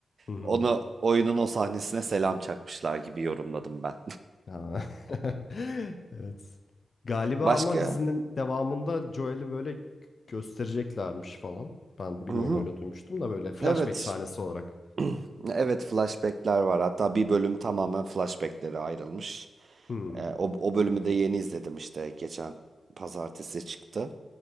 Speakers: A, on the left; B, on the right.
A: Hı hı.
B: Onu oyunun o sahnesine selam çakmışlar gibi yorumladım ben.
A: Ha. <laughs> Evet. Galiba
B: <laughs> Başka?
A: ama dizinin devamında Joel'i böyle göstereceklermiş falan. Ben bilmiyorum
B: Hı hı.
A: öyle duymuştum da böyle flashback
B: Evet.
A: sahnesi
B: <clears throat>
A: olarak.
B: Evet flashbackler var. Hatta bir bölüm tamamen flashbacklere ayrılmış.
A: Hmm.
B: Ee, o,
A: <laughs>
B: o bölümü de yeni izledim işte geçen pazartesi çıktı.